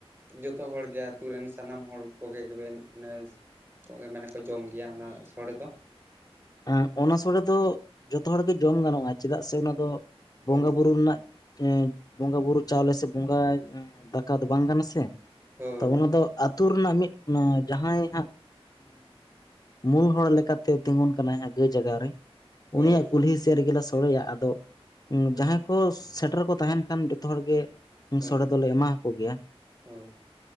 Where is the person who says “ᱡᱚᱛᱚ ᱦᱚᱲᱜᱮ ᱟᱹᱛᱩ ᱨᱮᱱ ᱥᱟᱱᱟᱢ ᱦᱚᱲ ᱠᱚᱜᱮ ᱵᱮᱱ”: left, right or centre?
Right